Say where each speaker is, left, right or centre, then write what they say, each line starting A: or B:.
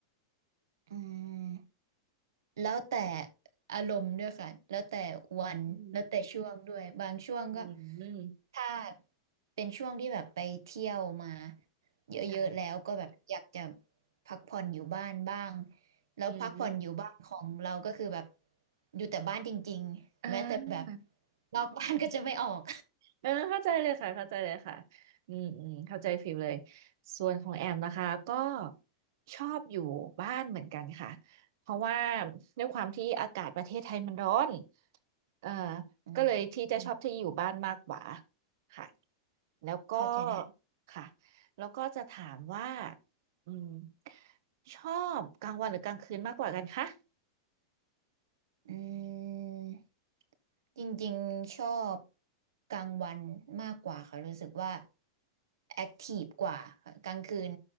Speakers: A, on the right; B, on the right.
A: อืมแล้วแต่อารมณ์ด้วยค่ะแล้วแต่วันแล้วแต่ช่วงด้วยบางช่วงก็
B: อืมอืมอืม
A: ถ้าเป็นช่วงที่แบบไปเที่ยวมาเยอะๆแล้วก็แบบอยากจะ
B: ค่ะ
A: พักผ่อนอยู่บ้านบ้างแล้วพักผ่อนอยู่บ้านของเราก็คือแบบ
B: อืม
A: อยู่แต่บ้านจริงๆแม้แต่แบบ
B: อ่า
A: นอกบ้านก็จะไม่ออก
B: เออเข้าใจเลยค่ะเข้าใจเลยค่ะอืมอืมเข้าใจฟิลเลยส่วนของแอมนะคะก็ชอบอยู่บ้านเหมือนกันค่ะเพราะว่าด้วยความที่อากาศประเทศไทยมันร้อนเออ
A: <laughs> อืม
B: ก็เลยที่จะชอบที่อยู่บ้านมากกว่า
A: อืม
B: ค่ะแล้วก็
A: เข้าใจได้
B: ค่ะแล้วก็จะถามว่าอืมชอบกลางวันหรือกลางคืนมากกว่ากันคะ
A: อืมจริงๆชอบกลางวันมากกว่าค่ะรู้สึกว่าแอคทีฟกว่าค่ะกลางคืน